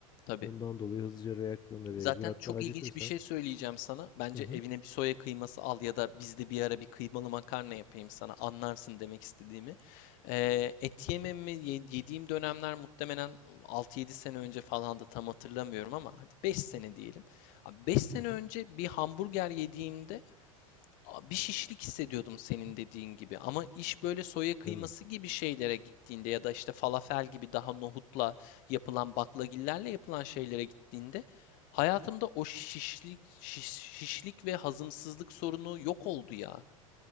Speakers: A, on the left; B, on the left.
A: tabii.
B: Ondan dolayı hızlıca reaksiyon da verebilir.
A: Zaten
B: Hatta
A: çok
B: acıkırsa.
A: ilginç bir şey söyleyeceğim sana. Bence
B: Hı hı.
A: evine bir soya kıyması al ya da bizde bir ara bir kıymalı makarna yapayım sana. Anlarsın demek istediğimi. Ee, et yememi ye- yediğim dönemler muhtemelen altı yedi sene önce falan da tam hatırlamıyorum ama hadi 5 sene diyelim. Beş sene
B: Hı hı.
A: önce bir hamburger yediğimde a- bir şişlik hissediyordum senin dediğin gibi. Ama iş böyle soya kıyması
B: Değil mi?
A: gibi şeylere gittiğinde ya da işte falafel gibi daha nohutla yapılan baklagillerle yapılan şeylere gittiğinde hayatımda o şişlik şiş- şişlik ve hazımsızlık sorunu yok oldu ya.